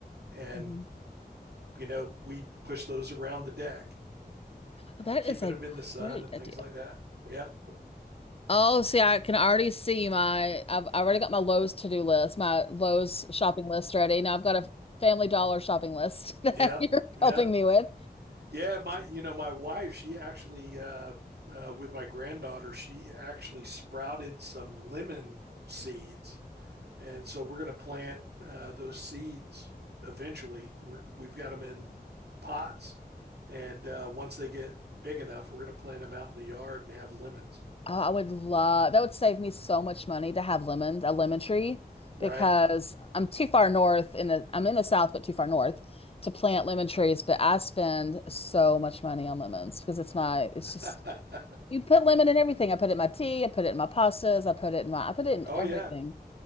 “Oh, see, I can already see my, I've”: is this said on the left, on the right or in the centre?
Left